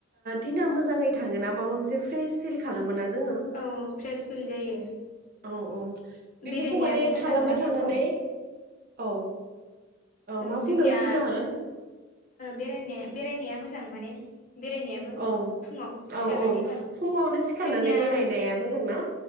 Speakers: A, on the right; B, on the left.
A: दिना मोजाङै थाङोना माबा मोनसे फ्रेश फिल खालामो ना जोङो।
B: औ फ्रेस फिल जायो।
A: औ औ
B: बेरायनायाबो
A: बेफोरखौ माने
B: मोजां
A: खालामबाय
B: ना
A: थानानै
B: फुङाव
A: औ।
B: औ
A: मा बुंदों
B: जोंनिया
A: बुंनो हागोन
B: बेराय बेरायनाया मोजां माने। बेरायनायाबो
A: औ
B: फुङाव सिखारनानै
A: औ औ
B: थाब
A: फुङावनो सिखारनानै
B: जोंनिया।
A: बेरायनाया मोजां ना